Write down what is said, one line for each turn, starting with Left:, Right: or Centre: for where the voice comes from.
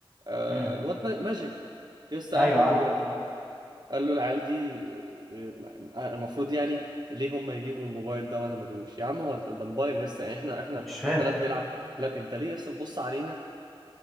Right: آه،
Centre: امم
Right: الواد ما- ماجيك يا اسطى
Centre: ايوه
Right: قال له
Centre: عارف
Right: آه، قال له العيال دي آه، آه، المفروض يعني ليه هم يجيبوا الموبايل ده وانا ما اجيبوش يا عم هو ده ده موبايل يا اسطى يعني احنا احنا
Centre: مش فاهم
Right: احنا لا بنلعب لا انت ليه يا اسطى تبص علينا